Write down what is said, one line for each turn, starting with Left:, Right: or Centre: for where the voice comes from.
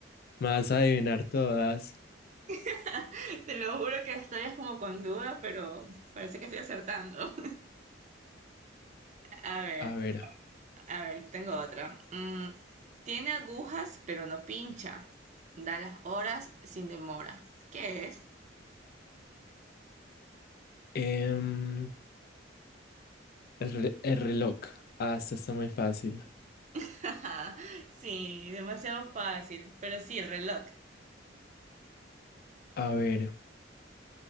Left: más adivinar todas.
Right: serio? <laughs> Te lo juro que estoy es como con duda, pero parece que estoy acertando. <laughs> A ver,
Left: A ver,
Right: a ver, tengo otra. Mm, tiene agujas, pero no pincha. Da las horas sin demora. ¿Qué es?
Left: em, el, re- el reloj. Ah, esta está muy fácil.
Right: <laughs> Ajá, Sí, demasiado fácil, pero sí, el reloj.
Left: A ver,